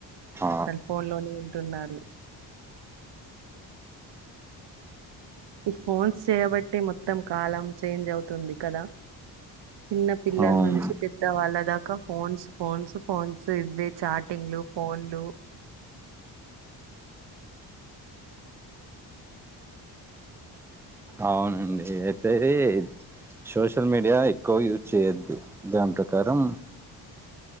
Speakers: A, in the centre; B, on the right.
A: ఆ,
B: అసలు ఫోన్ లోనే ఉంటున్నారు ఈ ఫోన్స్ చేయబట్టి మొత్తం కాలం చేంజ్ అవుతుంది కదా చిన్న పిల్లల
A: అవును
B: నుంచి పెద్దవాళ్ళ దాకా ఫోన్స్ ఫోన్స్ ఫోన్స్ ఇ చాటింగ్ లు పోన్లు
A: అవునండి అయితేది సోషల్ మీడియా ఎక్కువ యూజ్ చేయొద్దు దాని ప్రకారం